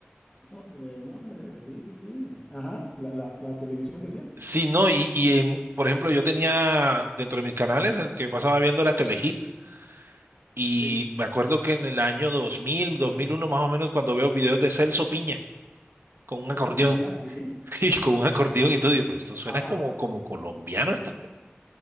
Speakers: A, on the left; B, on the right.
A: No, hombre, no, hombre, sí, sí, sí. Ajá, la, la, la televisión decías.
B: sí, no, y, y en- por ejemplo, yo tenía dentro de mis canales el que pasaba viendo la Telehit. Y
A: Sí,
B: me acuerdo que en el año 2000, 2001 más o menos, cuando veo videos de Celso Piña con un
A: Celso
B: acordeón
A: Piña, sí.
B: <laughs> y con un acordeón y todo, digo, pero esto suena
A: Ajá.
B: como, como colombiano, esto".